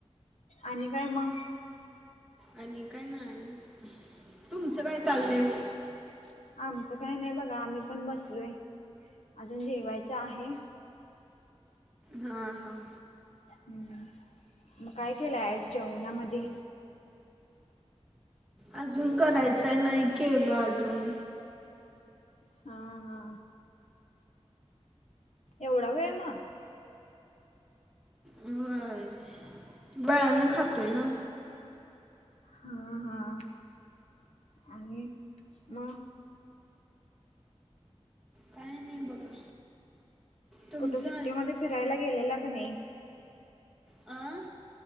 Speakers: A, on the left (about 75°); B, in the centre.
A: आणि काय मग?
B: आणि काय नाही. तुमचं काय चाललंय?
A: हम् आमचं काही नाही बघा, आम्ही पण बसलोय अजून जेवायचं आहे.
B: हं हं.
A: हम्म मग काय केलंय आज जेवणामध्ये?
B: अजून करायचंय, नाही केलो अजून.
A: हा हा एवढा वेळ मग?
B: व्हय, बेळान खातोय ना?
A: हां हां आणि मग?
B: काय नही बघा. तुमचं
A: कुठे सुट्टीध्ये फिरायला गेलेला का नही?
B: अं.